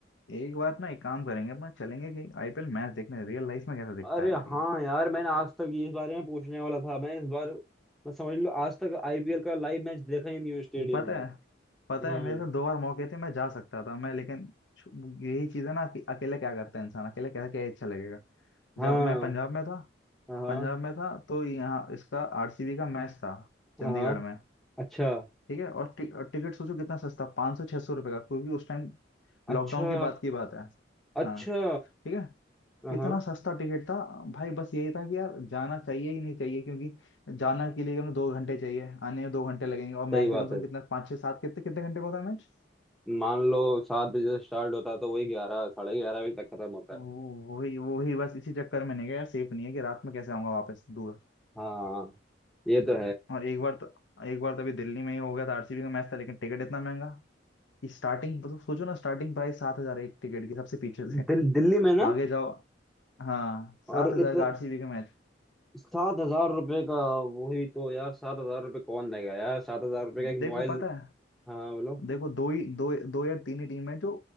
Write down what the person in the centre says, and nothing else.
अरे
हाँ
यार मैंने आज तक ये इस बारे में पूछने वाला था मैं इस बार मैं समझ लो आज तक आईपीएल का लाइव मैच देखा ही नहीं हूँ स्टेडियम
में
हम्म
हाँ
हाँ
हाँ
अच्छा
अच्छा
अच्छा
हाँ हाँ,
सही
बात
है
मान लो सात बजे से स्टार्ट होता है तो वही ग्यारह साढ़े ग्यारह बजे तक खत्म होता है
हाँ ये तो
दिल दिल्ली में ना
अरे
इतने
सात हजार रुपये का वही तो यार सात हजार रुपये कौन देगा यार सात हजार रुपये का एक
मोबाइल
हाँ बोलो